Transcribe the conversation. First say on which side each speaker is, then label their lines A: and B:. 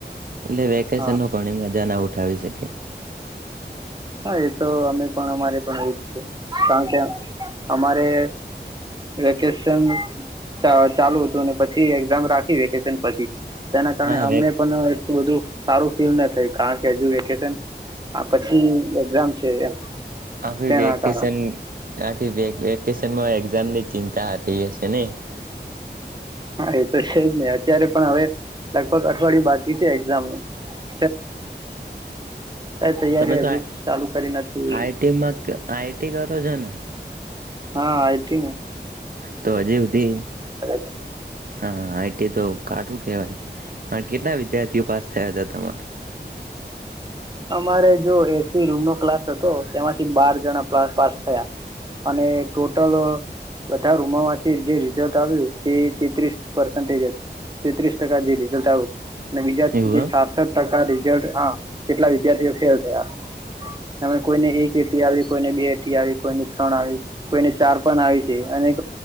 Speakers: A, on the right; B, on the right.
A: એટલે વેકેશન
B: હા
A: નું ઘણી મજા ના ઉઠ થવી શકે.
B: હા એ તો અમે પણ અમારે પણ એવું જ છે કારણ કે અમારે વેકેશન ચા ચાલુ હતું અને પછી એક્ઝામ રાખી વેકેશન પછી. તેના કારણે
A: હા
B: અમને
A: વે
B: પણ એ બધું સારું ફીલ ના થાય કારણ કે હજુ વેકેશન આ પછી એક્ઝામ છે એમ.
A: આખી
B: તેના
A: વેકેશન
B: કારણે
A: આખી વેક વેકેશ વેકેશન મા એક્ઝામની ચિતા આપી હશેને.
B: હા, એ તો છે જ નહી અત્યારે પણ હવે. લગભગ અઠવાડયું બાકી છે, એક્ઝામ ને તૈયારી
A: તમે તો
B: હજુ
A: આ
B: ચાલુ કરી નથી
A: આઈઈટીમાં ક આઈઈટી કરો છો ને? <unintelligible>
B: હા આઈટીને.
A: તો હજી સુધી
B: છે
A: હ હ આઈટી તો કાટું કેહેવાય પણ કેટલા વિદ્યાર્થીઓ પાસ થયા હતા તમારે?
B: અમારે જો એસી રૂમ નો ક્લાસ હતો તેમાંથી બાર જણા પાસ થયા, અને ટોટલ બધા રૂમોમાંથી જે રિઝલ્ટ આવ્યું તે તેત્રીસ પર્સેજ હત તેત્રીસ ટકા જે રિઝલ્ટ આવ્યું અને બીજા
A: એવું
B: જે
A: એમ?
B: છાસઠ ટકા રિઝલ્ટ હા કેટલા વિદ્યાર્થીઓ ફેલ થયા, અમે કોઈને એક રી આવી કોઈને બે અઠી આવી કોઈને ત્રણ આવી કોઈને ચાર પણ આવી છે, અને